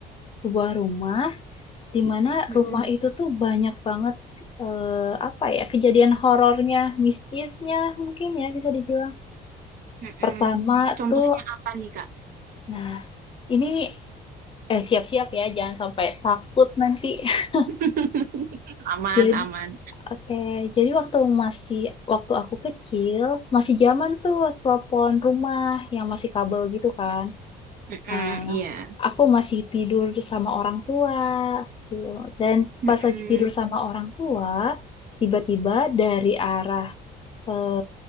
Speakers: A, on the left; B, on the right.
A: sebuah rumah di mana
B: Mm-mm,
A: rumah itu tuh banyak banget eh, apa ya kejadian horornya, mistisnya mungkin ya bisa dibilang.
B: mm-mm.
A: Pertama
B: Contohnya
A: tuh
B: apa nih Kak?
A: Nah, ini eh, siap-siap ya, jangan sampai takut nanti. <laughs>
B: <laughs> Aman,
A: Jadi,
B: aman.
A: oke, jadi waktu masih waktu aku kecil masih zaman tuh telepon rumah yang masih kabel gitu kan.
B: Mm-mm,
A: Nah,
B: iya.
A: aku masih tidur sama orang tua gitu. Dan
B: Mm-mm,
A: pas lagi tidur sama orang tua, tiba-tiba dari arah eh,